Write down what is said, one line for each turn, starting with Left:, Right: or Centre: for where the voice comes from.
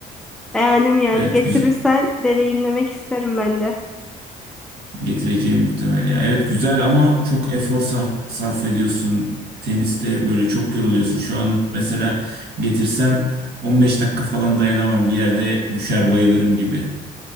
Centre: Beğendim yani.
Right: Evet
Centre: Getirirsen
Right: güzel
Centre: deneyimlemek isterim ben de.
Right: getireceğim muhtemel ya. Evet güzel ama çok efor sa- sarf ediyorsun. Teniste böyle çok yoruluyorsun. Şu an mesela getirsem 15 dakika falan dayanamam. Bir yerde düşer bayılırım gibi.